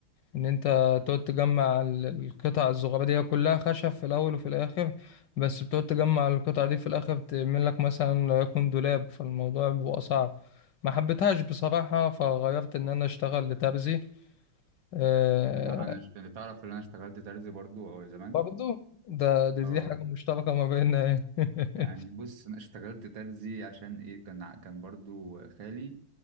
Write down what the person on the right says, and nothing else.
انا انا اشت- انت تعرف ان انا اشتغلت ترزي برضو او زمان
اه
يعني بص انا اشتغلت ترزي عشان ايه كان ع- كان برضو خالي